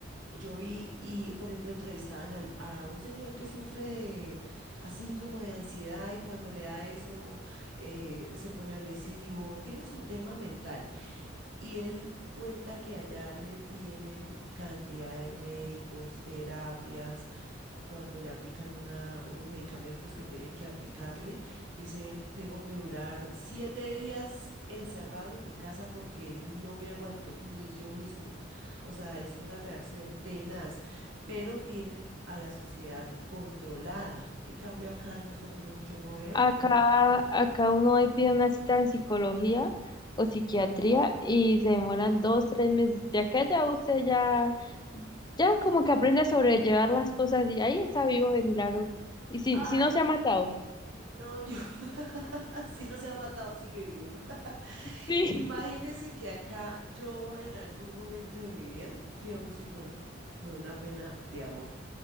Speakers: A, on the right (about 65°); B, on the left (about 20°).
A: Yo vi y, por ejemplo, entrevistaban al- a un señor que sufre de, así como de ansiedad y cuando le da eso eh, se pone agresivo, tiene su tema mental y él cuenta que allá le tienen cantidad de médicos, terapias cuando le aplican una- unos medicamentos que tienen que aplicarle, dice él, tengo que durar siete días encerrado en mi casa porque no me aguanto, ni yo mismo. O sea, es una reacción tenaz, pero tienen a la sociedad controlada. En cambio, acá nosotros yo no veo.
B: Acá, acá uno ahí pide una cita en psicología o psiquiatría y se demoran dos, tres meses. Ya que allá usted ya, ya como que aprende a sobrellevar las cosas y ahí está vivo de milagro. Y si,
A: Ah,
B: si no se ha matado.
A: no, yo, <laughs> si no se ha matado, sigue viviendo. <laughs>
B: Sí.
A: Imagínese que acá yo en algún momento de mi vida fui a un psicólogo por una pena de amor,